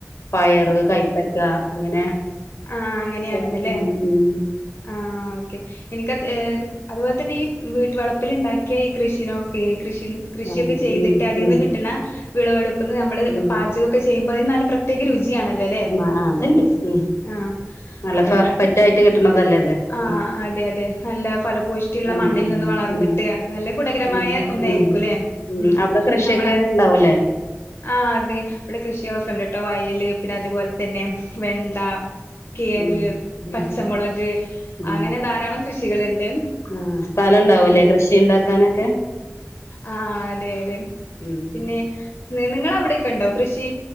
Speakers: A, on the left; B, on the left.
A: പയറ് കൈപ്പക്ക അങ്ങനെ.
B: ആഹ അങ്ങനെയായിരുന്നില്ലേ
A: ഒക്കെ. ഉം
B: ആഹ.
A: ഉം
B: ആ ഓക്കെ എനിക്കത് അതുപോലെ തന്നെ ഈ വീട്ടുവളപ്പിൽ ഇണ്ടാക്കിയ ഈ കൃഷിനൊഒക്കെ. കൃഷി കൃഷിയൊക്കെ
A: ആ
B: ചെയ്തിട്ട്
A: ഉം
B: അതിന്ന്
A: ഉം
B: കിട്ടണ വിളവെടുപ്പന്ന് നമ്മള്
A: ഉം
B: പാചകൊക്കെ ചെയ. മ്പോ അതിന് നല്ല പ്രത്യേക രുചിയാണല്ലോ അല്ലേ.
A: ആ അതുണ്ട് ഉം
B: ആ
A: നല്ല
B: അതായത്
A: പെർഫെക്റ്റ് ആയിട്ട് കിട്ടണതല്ലേ അത്
B: ആ
A: ഉം
B: അതെ അതെ നല്ല ഫലപൂഷ്ടിള്ള.
A: ഉം
B: മണ്ണിൽ
A: ഉം
B: നിന്ന് വളർന്നിട്ട്
A: ഉം
B: അത് നല്ല ഗുണകരമായ
A: ഉം
B: ഒന്നായിരിക്കുംല്ലേ
A: ഉം ഉം
B: ഉ
A: അവിടെ കൃഷിയൊക്കെ
B: നമ്മള.
A: ഉണ്ടാവൂലേ
B: ആഹ അത ഇവിടെ കൃഷികൊക്കെണ്ട് ട്ടോ വയല് പിന്നെ അതുപോലെ തന്നെ വെണ്ട. കിഴങ്ങ്
A: ഉം ഉം
B: പച്ചമുളക്
A: ഉം
B: അങ്ങനെ ധാരാളം കൃഷികളുണ്ട്.
A: ആ സ്ഥലം ഉണ്ടാവൂലേ
B: പിന്നെ
A: കൃഷി ഉണ്ടാക്കാനൊക്കെ
B: ആ അതെ. അതെ
A: ഉം
B: പിന്നെ നിങ്ങളെ അവിടെയൊക്കെ ഉണ്ടോ കൃഷി.